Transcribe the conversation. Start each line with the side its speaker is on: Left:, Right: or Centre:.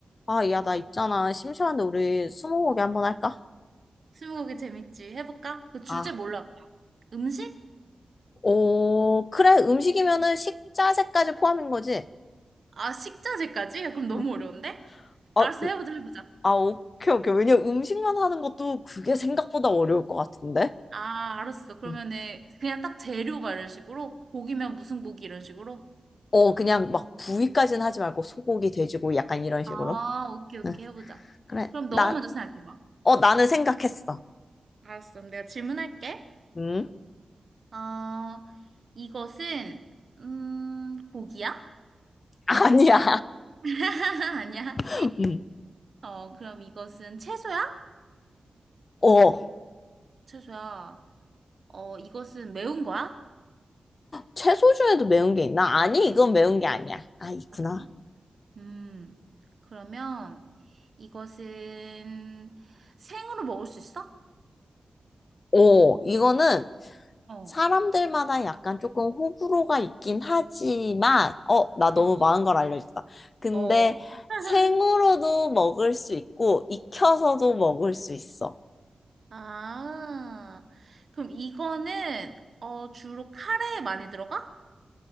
Left: 아, 야, 나 있잖아. 심심한데 우리 스무고개 한번 할까?
Right: 스무고개 재밌지. 해볼까? 그 주제
Left: 아,
Right: 몰라. 음식?
Left: 오, 그래. 음식이면은 식자재까지 포함인 거지?
Right: 아, 식자재까지? 야, 그럼 너무
Left: 어,
Right: 어려운데?
Left: 아,
Right: 알았어,
Left: 으,
Right: 해보자, 해보자.
Left: 아, 오케이, 오케이. 왜냐면 음식만 하는 것도 그게 생각보다 어려울 것 같은데?
Right: 아, 알았어. 그러면은
Left: 응.
Right: 그냥 딱 재료 막 이런 식으로? 고기면 무슨 고기 이런 식으로?
Left: 어, 그냥 막 부위까지는 하지 말고 소고기, 돼지고 약간 이런 식으로.
Right: 아, 오케이, 오케이,
Left: 응,
Right: 해보자.
Left: 그래.
Right: 그럼 너가
Left: 나
Right: 먼저 생각해봐.
Left: 어, 나는 생각했어.
Right: 알았어, 그럼 내가 질문할게.
Left: 응?
Right: 어, 이것은, 음, 고기야?
Left: 아니야.
Right: <laughs> 아니야.
Left: <laughs> 응.
Right: 어, 그럼 이것은 채소야?
Left: 어,
Right: 채소야. 어, 이것은 매운 거야?
Left: 채소 중에도 매운 게 있나? 아니, 이건 매운 게 아니야. 아, 있구나.
Right: 아, 그래? 음, 그러면 이것은 생으로 먹을 수 있어?
Left: 어, 이거는
Right: 어,
Left: 사람들마다 약간 조금 호불호가 있긴 하지만, 어, 나 너무
Right: 어,
Left: 많은 걸 알려줬다. 근데
Right: 어. <laughs>
Left: 생으로도 먹을 수 있고, 익혀서도 먹을 수 있어.
Right: 아, 그럼 이거는 어, 주로 카레에 많이 들어가?